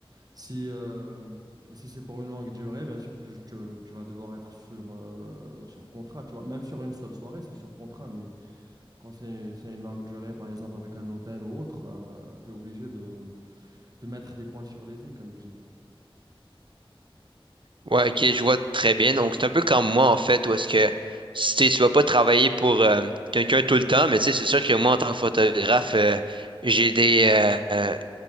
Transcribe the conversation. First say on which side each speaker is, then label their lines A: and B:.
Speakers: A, on the right (about 40°); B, on the right (about 60°).
A: Si, euh, si c'est pour une longue durée, bien sûr que tu, tu- vas devoir être sur, euh, sur contrat, tu vois. Même sur une seule soirée, c'est sur contrat, mais quand c'est, c'est une longue durée, par exemple avec un hôtel ou autre, tu es obligé de, de mettre les points sur les i, comme je dis.
B: Ouais, ok, je vois très bien. Donc, c'est un peu comme moi, en fait, où est-ce que si t'es- tu vas pas travailler pour euh, quelqu'un tout le temps, mais tu sais, c'est sûr que moi, en tant que photographe, euh, j'ai des, euh,